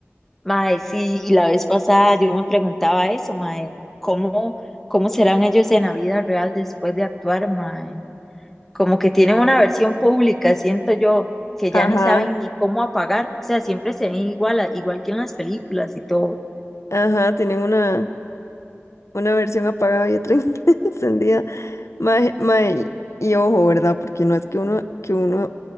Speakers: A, in the centre; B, on the left (about 80°).
A: mae, sí. Y la vez pasada yo me preguntaba eso, mae, ¿cómo, cómo serán ellos en la vida real después de actuar, mae? Como que tienen una versión pública, siento yo, que
B: Ajá,
A: ya ni saben ni cómo apagar. O sea, siempre se ven igual, a- igual que en las películas y todo.
B: ajá, tienen una, una versión apagada y otra <laughs> encendida. Mae, mae, y ojo, ¿verdad? Porque no es que uno, que uno,